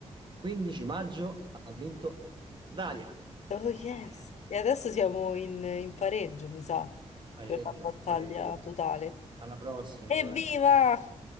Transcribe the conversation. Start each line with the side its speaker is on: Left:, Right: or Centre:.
Right: 15 maggio, ha vinto Dalia.
Left: Oh
Right: Eh,
Left: yes. E adesso siamo in, in pareggio, mi sa,
Right: Pareggio,
Left: per la battaglia
Right: pareggio.
Left: totale.
Right: Alla prossima,
Left: Evviva!
Right: Dalia.